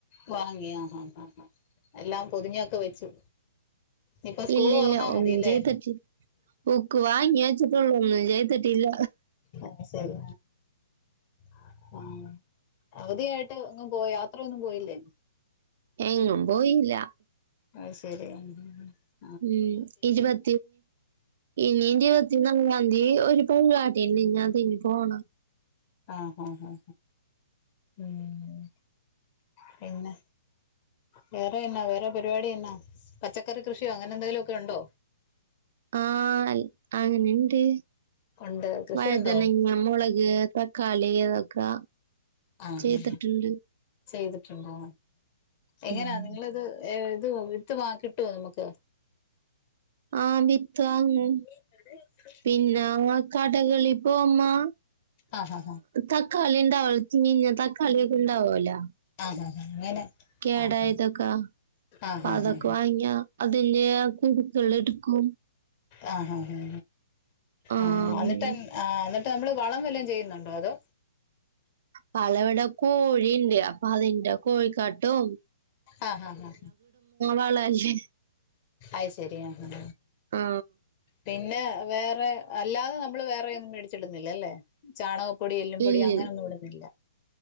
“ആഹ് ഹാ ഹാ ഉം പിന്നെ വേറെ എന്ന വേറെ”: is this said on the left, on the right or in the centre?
Left